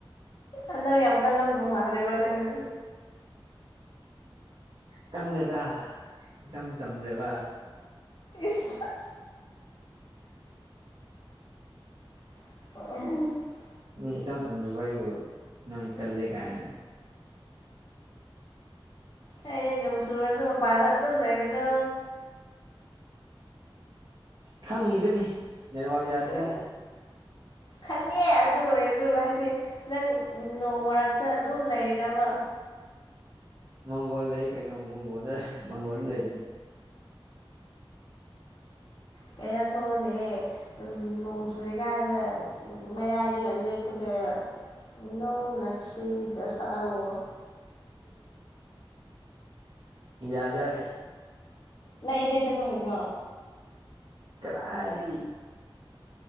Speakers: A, on the left; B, on the right.
A: ꯑꯅꯧ ꯌꯥꯝ ꯀꯜꯂꯝꯗꯧ ꯃꯥꯜꯂꯦꯕ ꯅꯪꯁꯨ
B: ꯀꯟꯗꯦꯗ ꯏꯆꯝ ꯆꯝꯖꯕ
A: ꯏꯁ ꯑ
B: ꯅ ꯏꯆꯝ ꯆꯝꯁꯨ ꯑꯩ ꯑꯩꯕꯨ ꯏꯝ ꯀꯜꯂꯦ ꯀꯑ
A: ꯑꯩꯅꯦ ꯅꯣꯡ ꯆꯨꯔꯁꯨ ꯃꯄꯥꯗ ꯑꯗꯨꯝ ꯂꯩꯕꯗꯣ
B: ꯈꯪꯉꯤꯗꯨꯅꯤ ꯅꯦꯠꯋꯥꯛ ꯌꯥꯗꯦ
A: ꯎꯝ
B: ꯍꯥꯏꯁꯤ
A: ꯈꯪꯉꯦ ꯑꯗꯨ ꯑꯣꯏꯔꯁꯨ ꯍꯥꯏꯗꯤ ꯅꯪ ꯅꯣꯡ ꯃꯔꯛꯇ ꯑꯗꯨꯝ ꯂꯩꯔꯕ
B: ꯃꯥꯡꯒꯣꯜ ꯂꯩ ꯀꯩꯅꯣ ꯃꯪꯒꯣꯜꯗ ꯃꯥꯡꯒꯣꯟꯜ ꯂꯩ
A: ꯀꯩꯅꯌꯥ ꯊꯣꯛꯑꯂꯑꯦ ꯑꯗꯨ ꯅꯣꯡ ꯆꯨꯨꯔꯦ ꯀꯥꯏꯅ ꯃꯌꯥꯏꯗꯒ ꯂꯦꯞꯄꯒ ꯏꯅꯣ ꯂꯛꯁꯤ ꯗꯁꯥ ꯑꯣ
B: ꯌꯥꯖꯔꯦ
A: ꯅꯪ ꯏꯁꯩ ꯁꯛꯄꯨ ꯍꯩꯕ꯭ꯔꯣ
B: ꯏ ꯀꯗꯥꯅꯤ